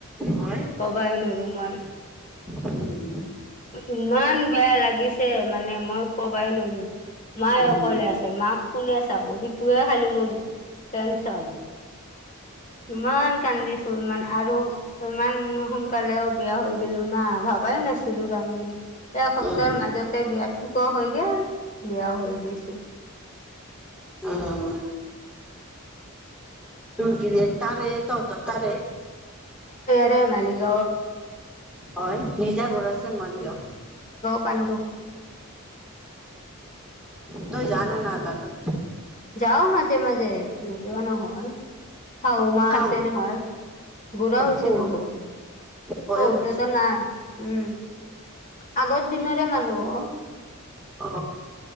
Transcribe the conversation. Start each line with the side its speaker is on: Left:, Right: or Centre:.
Centre: হয়
Left: কবাইন নৰো মই
Centre: উম
Left: ইমান বেয়া লাগিছে মানে মই কবাই নোৱাৰো। মায়ে
Centre: উম
Left: অকলে আছে মাক কোনে চাব সিটোৱে খালি মোৰ টেনচন। <unintelligible> ইমান কান্দিছো ইমান আৰু ইমান সোনকালেও বিয়া হৈ গলো না ভাবাই নাছিলো। ছিলো তাৰমানে এসপ্তাহৰ
Centre: উম
Left: মাজতে বিয়া ঠিকো হৈ গল বিয়াও হৈ গৈছো।
Centre: উম তোৰ গিৰিয়েক তাৰে তহঁতৰ তাৰে
Left: ৰে মালিগ
Centre: হয় নিজা ঘৰ আছে মালিগাঁও।
Left: পন্ত।
Centre: ত জা‌ নে নাজা তাত।
Left: যও মাজে মাজে ন যোৱা ন হয়য়, হওা
Centre: খাও
Left: আছে নহয়। বুঢ়া হৈ হৈছে
Centre: সৰু
Left: বহুত,
Centre: বয়স
Left: শদত
Centre: হৈছে
Left: নাই। উম আগ। দিনৰে মানুহ ও
Centre: অ